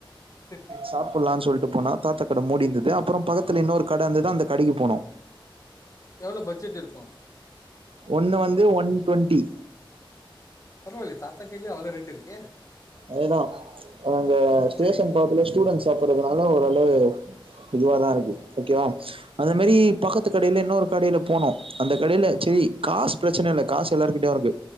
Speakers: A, on the left; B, on the right.
A: சரி சரி
B: சாப்புட்லான் சொல்ட்டு போனா தாத்தக்கட மூடிந்துது அப்புற பக்கத்தில இன்னொருக் கடந்துது அந்த கடைக்கு போனோ
A: எவ்ளோ பட்ஜெட் இருக்கு
B: ஒண்ணு வந்து ஒன் டுவெண்டி
A: பரவால்லே தாத்தா கைல அவ்ளவ் ரெட் இருக்கே
B: அவ்ளதா அங்க ஸ்டேஷன்
A: சரி
B: போறத்துல ஸ்டூடெண்ட்ஸ் போறதுனால ஓரளவு இதுவாதாருக்கு ஓகேவா அத மேரி பக்கத்து கடையில இன்னொரு கடையில போனோ அந்த கடையில செரி காசு பிரச்சன இல்ல காசு எல்லார்கிட்டயு இருக்கு